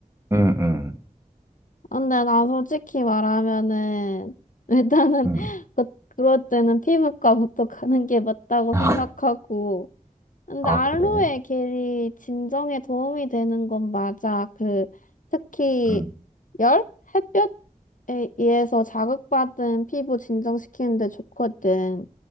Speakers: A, on the right (about 20°); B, on the left (about 70°).
A: 응, 응,
B: 근데 나 솔직히 말하면은, 일단은,
A: 응.
B: <laughs> 그, 그럴 때는 피부과부터 가는 게 맞다고
A: <laughs>
B: 생각하고. 근데
A: 아,
B: 알로에
A: 그래?
B: 겔이 진정에 도움이 되는 건 맞아. 그, 특히,
A: 응,
B: 열? 햇볕에 의해서 자극받은 피부 진정시키는데 좋거든.